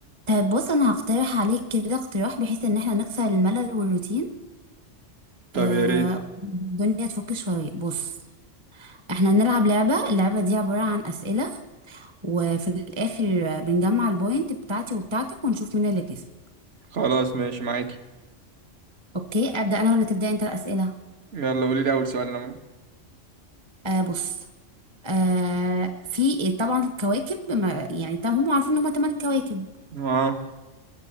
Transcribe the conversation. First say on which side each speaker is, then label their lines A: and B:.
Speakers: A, on the right; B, on the right.
A: طيب بص انا هقترح عليك كده اقتراح بحيث ان احنا نكسر الملل والروتين
B: طب
A: آه
B: يا ريت
A: الدنيا تفك شوية بص احنا نلعب لعبة اللعبة دي عبارة عن اسئلة وفي الاخر بنجمع البوينت بتاعتي وبتاعتك ونشوف مين اللي كسب
B: خلاص ماشي معاكي
A: اوكي ابدأ انا ولا تبدأ انت الاسئلة
B: يلا قولي لي اول سؤال انا معاك
A: آه بص آه في طبعا الكواكب ما- يعني طبعا هم عارفين ان هم تمن كواكب
B: اه